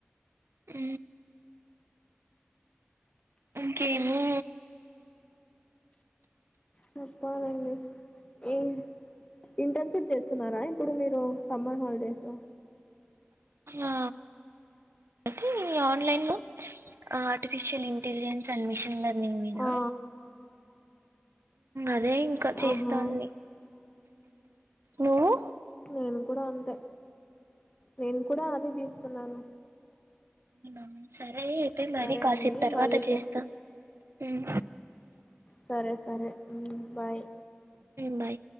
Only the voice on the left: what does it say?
చెప్పాలండి ఏం ఇంటర్న్షిప్ చేస్తున్నారా ఇప్పుడు మీరు సమ్మర్ హాలిడేస్ లో
ఆ
ఆహా
నేను కూడా అంతే నేను కూడా అదే తీసుకున్నాను
సరే
అండి
మళ్ళీ
సరే సరే బాయ్